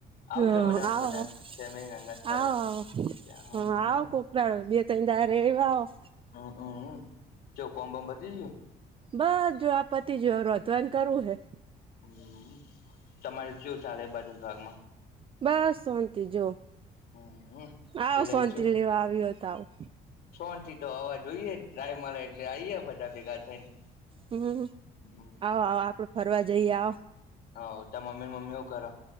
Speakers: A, on the left (about 70°); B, on the right (about 30°).
A: આવશો
B: હમ
A: બધા
B: આવો
A: બધા
B: આવો
A: ફેમ ગંગા ફરવા
B: આવો
A: હમ
B: હા આવો કોક બે તોઈ અ ર વાવ
A: હમ, હમ ચ કોમ બંબતી
B: બસ જો આપ પતિ જોરો તો એમ કરવું હૈ.
A: હમ તમારે જોવ ચાલે બાજુ ભાગમાં
B: બસ શોંતિ જો
A: હમ.
B: આવો
A: એટલે
B: શોંતિ
A: શું
B: લેવા આવ્યો તો આવું
A: સોનથી તો હવા જોઈએ રાયમા એટલે આઈએ બધા ભેગા થઈને
B: હમ
A: હમ.
B: આવો આવો આપડે ફરવા જઈએ આવ
A: હ તાર મમ્મી ને મમ્મી હું કરે?